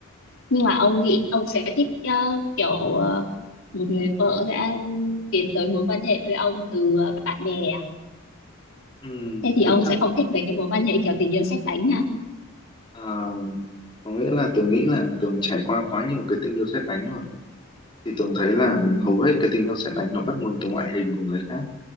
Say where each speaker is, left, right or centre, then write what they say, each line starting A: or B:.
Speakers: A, on the left; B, on the left.
A: nhưng mà ông nghĩ ông sẽ thích ờ, kiểu ờ, một người vợ sẽ tiến tới mối quan hệ với ông từ ờ, bạn bè à
B: ừm,
A: thế thì
B: thực
A: ông
B: chất
A: sẽ không thích mấy cái mối quan hệ kiểu tình yêu sét đánh ha
B: À, có nghĩa là Tường nghĩ là Tường trải qua quá nhiều cái tình yêu sét đánh rồi thì Tường thấy là
A: ừ
B: hầu hết cái tình yêu sét đánh nó bắt nguồn từ ngoại hình của người khác